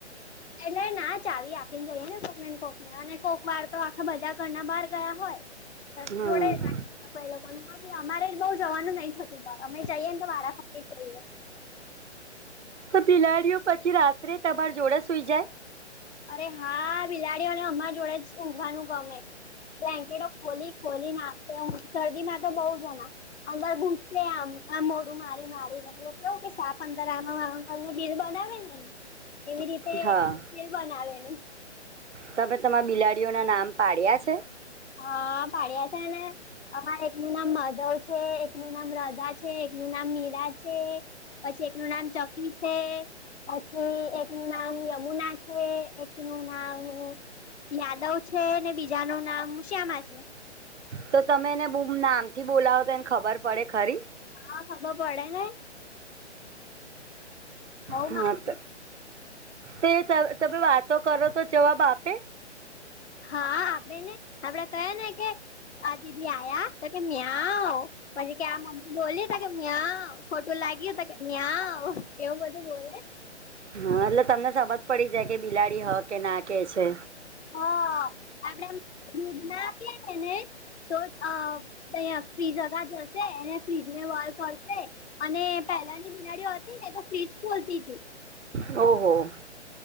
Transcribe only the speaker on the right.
હમ
તો બિલાડીઓ પછી રાત્રે તમાર જોડા સુઈ જાય
હા
તમે તમારા બિલાડીઓ ના નામ પાડ્યા છે?
તો તમે એને બોમ નામથી બોલાવો તો એને ખબર પડે ખરી?
હા
ત તે તમે તમે વાતો કરો તો જવાબ આપે?
હ એટલે તમને સમજ પડી જાય કે બિલાડી હ કે ના કે છે.
ઓહો.